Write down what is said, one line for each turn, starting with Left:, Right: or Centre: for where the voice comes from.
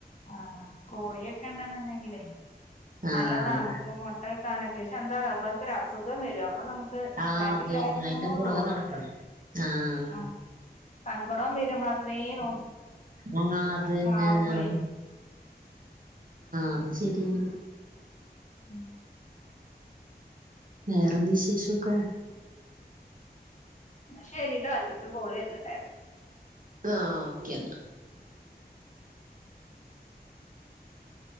Left: ആഹ കോഴിയൊക്കെ ഉണ്ടെന്നുണ്ടെങ്കിലേ
Right: ആഹ്
Left: നല്ലതാ നമുക്ക് മുട്ട കിട്ടാനൊക്കെ ക്ഷെ എന്താും അവർൊ ഒരു അസുഖം വരുവാ അപ്പൊ നമുക്ക്
Right: ആഹ്
Left: വേണ്ടില്ലായിരുന്നു
Right: അതന്നെ അയിന്റെ പുറകെ
Left: തോന്നോ
Right: നടക്കണം ആഹ്
Left: ആഹ സങ്കടം വരുമ്പോൾ അത്രേയും
Right: ആഹ അതന്നെ
Left: ചാവുമ്പളേ
Right: ആഹ അത് ശരിയാണ്
Left: ഉം
Right: വേറെന്ത വിശേഷൊക്കെ
Left: ശരിട്ടോ എനക്ക്ൊരു പോള് വരുന്നുിണ്ടായിരുന്നു
Right: ആഹ ഓക്കെന്നാ